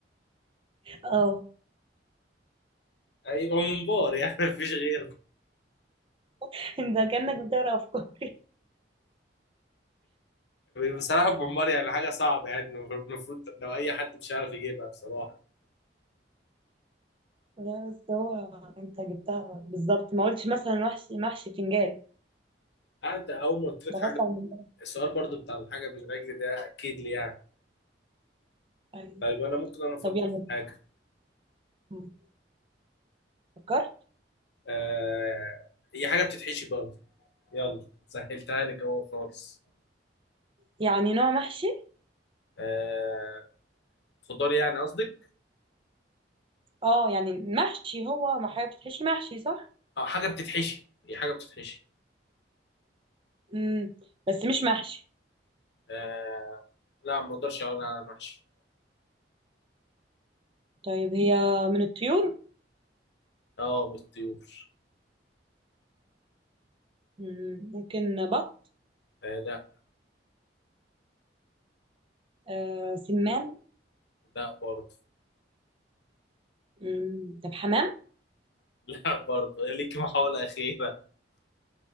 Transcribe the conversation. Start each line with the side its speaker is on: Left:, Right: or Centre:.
Right: اه
Left: هيبقى ممبار يعني <laughs> مفيش غيره
Right: <laughs> انت كانك بتقرا افكاري <laughs>
Left: بصراحة الممبار يعني حاجة صعبة يعني المفروض لو أي حد مش عارف يجيبها بصراحة
Right: لا بس هو انت جبتها بالظبط ما قلتش مثلا وحش محشي بتنجان
Left: آه انت اول ما قلت لك
Right: ده
Left: حاجه
Right: غلط على الموضوع.
Left: السؤال برضو بتاع الحاجه بالرجل ده اكيد لي يعني
Right: ايوه
Left: طيب انا ممكن انا افكر
Right: طب يلا
Left: في حاجه
Right: م. فكرت
Left: آه هي حاجه بتتحشي برضو يلا سهلتها لك اهو خالص
Right: يعني نوع محشي
Left: آه خضار يعني قصدك
Right: اه يعني محشي هو ما حاجه بتتحشي محشي صح
Left: اه حاجه بتتحشي هي حاجه بتتحشي
Right: امم بس مش محشي
Left: آه لا ما اقدرش اقول على محشي
Right: طيب هي من الطيور
Left: اه مش طيور
Right: مم. ممكن بط
Left: آه لا
Right: آه سمان
Left: لا برضو
Right: مم. طب حمام
Left: <laughs> لا برضو ليك محاوله اخيره